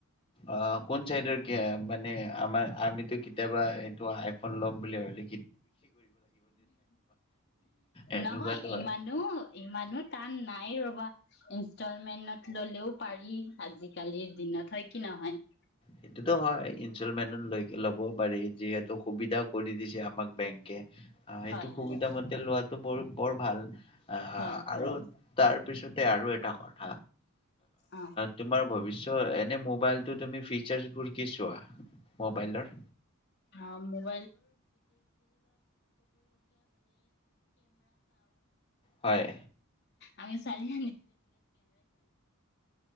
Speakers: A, on the left (about 25°); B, on the left (about 50°).
A: অ', কোন চাইডৰ মানে আমাৰ আমিতো কেতিয়াবা এইটো আইফোন ল'ম বুলি ভলে এনেকুৱাতো
B: নহয়
A: হয়।
B: ইমানো-ইমানো টান নাই ৰবা। ইনষ্টলমেন্টত ল'লেও পাৰি আজিকালিৰ দিনত হয় কি নহয়।
A: সেইটোতো হয় ইনষ্টলমেন্টত লৈ ল'ব পাৰি যিহে সুবিধা কৰি দিছে। যে আমাক বেংকে অ' এইটো
B: হয়
A: সুবিধা
B: হয়
A: মতে লোৱাটো বাৰু বৰ ভাল। অ'
B: হয়
A: আৰু
B: হয়
A: তাৰ পিছত তাতে আৰু এটা কথা
B: অ
A: নাই তো এনে মোবাইলতটো চেল বোল কৰে চোৱা মোবাইলৰ,
B: অ মোব
A: হয়,
B: আমি চাৰিও